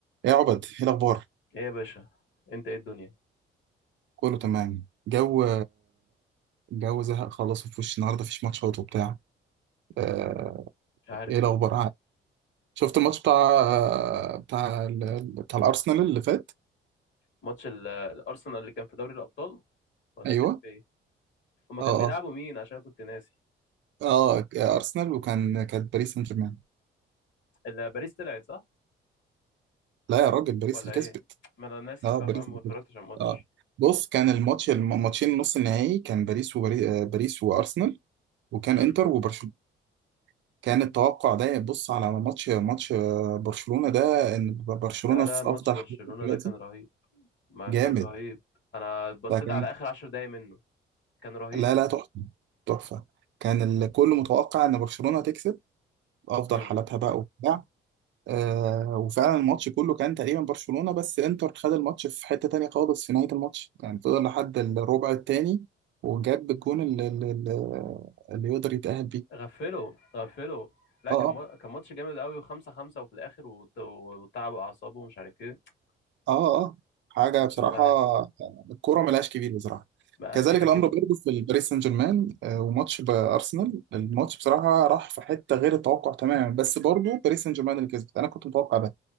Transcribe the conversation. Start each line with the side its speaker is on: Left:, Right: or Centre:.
Right: ايه يا عبد ايه الاخبار
Left: ايه يا باشا انت ايه الدنيا
Right: كله تمام جو جو زهق خلاص وفي وش النهارده مفيش ماتشات وبتاع آه،
Left: مش عارف
Right: ايه الاخبار
Left: والله
Right: عاد شفت الماتش بتاع بتاع ال- بتاع الارسنال اللي فات
Left: ماتش ال- الارسنال اللي كان في دوري الابطال ولا
Right: ايوه
Left: كان في ايه هما
Right: اه
Left: كان بيلعبوا مين عشان أنا كنت ناسي
Right: اه اه ارسنال وكان كانت باريس سان جيرمان
Left: ال- باريس طلعت صح
Right: لا يا راجل باريس
Left: ولا
Right: اللي
Left: ايه
Right: كسبت
Left: ما انا ناسي
Right: اه
Left: بقى
Right: باريس
Left: فاهم
Right: اللي
Left: ما اتفرجتش
Right: كسبت
Left: على الماتش
Right: اه بص كان الماتش الماتشين نص النهائي كان باريس وباريس باريس وارسنال وكان
Left: امم
Right: انتر وبرشلونه كان التوقع ده بص على ماتش ماتش برشلونة ده ان برشلونة
Left: لا لا
Right: في
Left: ماتش
Right: افضل
Left: برشلونة
Right: حالته دلوقتي
Left: ده كان رهيب ما
Right: جامد
Left: كان رهيب انا بصيت
Right: فكان
Left: على اخر عشر دقايق منه كان رهيب
Right: لا لا تحفة تحفة كان الكل متوقع ان برشلونة تكسب افضل
Left: امم
Right: حالاتها بقى وبتاع آه وفعلا الماتش كله كان تقريبا برشلونة بس انتر خد الماتش في حتة تانية خالص في نهاية الماتش يعني فضل لحد الربع التاني وجاب الجون اللي, اللي اللي يقدر يتأهل بيه
Left: غفله غفله لا
Right: اه
Left: كان مو-
Right: اه
Left: كان ماتش جامد قوي وخمسة خمسة وفي الاخر وت- وتعبوا اعصابه ومش عارف ايه
Right: اه اه حاجه
Left: كان
Right: بصراحه
Left: شغل عادي
Right: آه، الكوره ملهاش كبير بصراحه
Left: بقى
Right: كذلك
Left: كده
Right: الامر
Left: كده
Right: برضه في الباريس سان جيرمان آه، وماتش بارسنال الماتش بصراحه راح في حته غير التوقع تماما بس برضه باريس سان جيرمان اللي كسبت انا كنت متوقع ده